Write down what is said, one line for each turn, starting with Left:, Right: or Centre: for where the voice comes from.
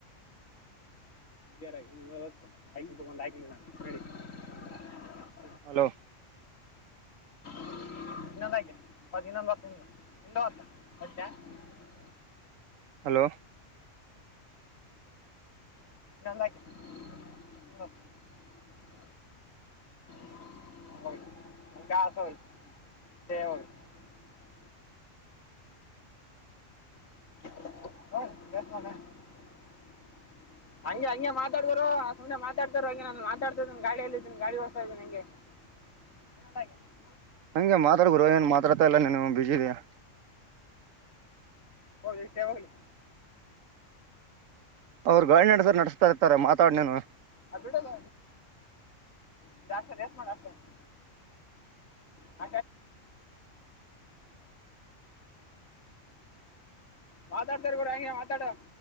Left: <unintelligible>
Right: ಹಲೋ,
Left: <unintelligible>
Right: <inaudible> ಹಲೋ,
Left: <unintelligible>
Right: <unintelligible>
Left: <unintelligible> <unintelligible>
Right: <inaudible>
Left: ಹಂಗೆ ಹಂಗೆ ಮಾತಾಡ ಗುರು ಅಂಗೆ ಮಾತಡ್ತಾ ಇರು ಹಂಗೆ ನುತಡ್ತಾ ಇದೀ ಗಾಡಿ ಎಲ್ಲಿದ್ದೀನ ಗಾಡಿಓಸ್ತ ಇದೀನಿ ಅಂಗೆ.
Right: <inaudible>
Left: <inaudible>
Right: ಹಂಗೆ ಮಾತಾಡ್ ಗುರು ಏನ್ ಮಾತಾಡ್ತಾ ಇಲ್ಲ ನೀನು ಬಿಜಿಇದಿಯಾ.
Left: ಹೌದು ಇಷ್ಟೇ <unintelligible>
Right: ಅವ್ರು ಗಾಡಿ ನಡ್ಸೂರು ನಡೆಸ್ತಾ ಇರ್ತಾರೆ ಮಾತಾಡ್ನೇನು.
Left: ಅ ಬಿಡಲ್ಲ ಇ ಆಕ್ತದೆ ಎಸ್ ಮಾಡ <unintelligible> <unintelligible> ಮಾತಾಡ್ತಾ ಇರು ಗುರು ಹಂಗೆ ಮಾತಾಡು.